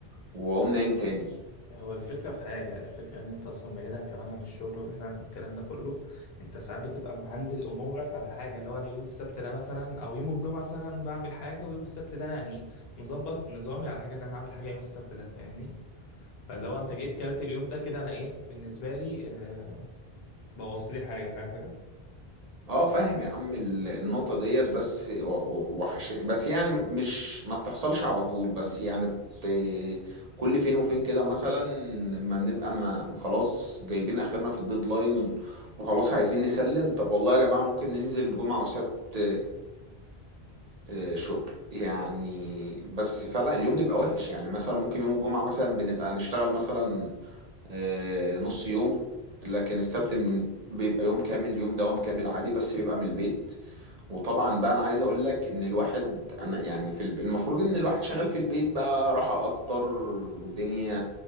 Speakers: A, on the right; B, on the left.
A: واقوم نايم تاني
B: هو الفكرة في حاجة الفكرة إن أنت أصلا بعيدا كمان عن الشغل وبعيدا عن الكلام ده كله أنت ساعات بتبقى مهندل أمورك على حاجة اللي هو أنا يوم السبت ده مثلا أو يوم الجمعة مثلا بعمل حاجة ويوم السبت ده يعني مظبط نظامي على حاجة إن أنا هعمل حاجة يوم السبت ده فاهمني؟ فاللي هو انت جيت كلت اليوم ده كده انا ايه بالنسبه لي آه، بوظت لي حاجه فاهم حاجه
A: اه فاهم يا عم ال- النقطة ديت بس و- و- وحش بس يعني مش ما بتحصلش على طول بس يعني بت... كل فين وفين كده مثلا ما نبقى ما خلاص جايبين اخرنا في الديدلاين وخلاص عايزين نسلم طب والله يا جماعة ممكن ننزل جمعة وسبت آه، شغل يعني بس فعلا اليوم بيبقى وحش يعني مثلا ممكن يوم الجمعة مثلا بنبقى نشتغل مثلا آه، نص يوم لكن السبت من بيبقى يوم كامل يوم دوام كامل عادي بس بيبقى من البيت وطبعا بقى انا عايز اقول لك ان الواحد انا يعني في الب... المفروض ان الواحد شغال في البيت بقى راحة اكتر والدنيا